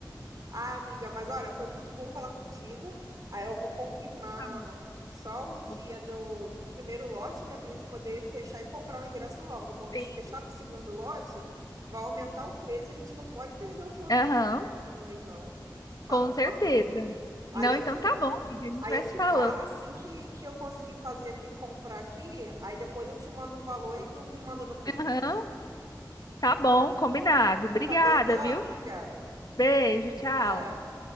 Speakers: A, on the right; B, on the left.
A: Ah, amiga, mas olha, foi muito bom falar contigo. Aí eu vou confirmar
B: Tá
A: só o dia
B: bom.
A: do, do primeiro lote, né? Pra gente poder fechar e comprar o ingresso logo. Porque
B: Sim.
A: se deixar pro segundo lote, vai aumentar o preço e a gente não pode perder o show do
B: Aham.
A: do Nunes, não. Tá
B: Com
A: bom?
B: certeza.
A: Aí
B: Não,
A: eu
B: então
A: te
B: tá bom, amiga. A gente
A: Aí
B: vai
A: eu
B: se
A: te
B: falando.
A: falo, assim que, que eu conseguir fazer aqui, comprar aqui, aí depois eu te mando o valor e tu me manda no Pix.
B: Aham, tá bom, combinado. Obrigada,
A: Tá, beijão,
B: viu?
A: amiga.
B: Beijo, tchau.
A: Tchau.